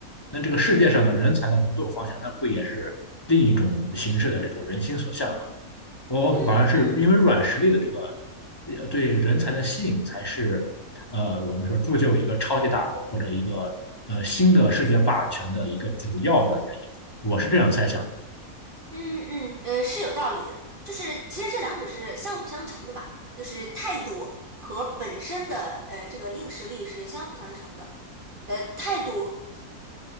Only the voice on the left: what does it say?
那这个世界上的人才的流动方向，那不也是另一种形式的这种人心所向？我反而是因为软实力的这个呃对人才的吸引，
才是呃我们说铸就一个超级大国或者一个呃新的世界霸权的一个主要的原因。我是这样猜想的。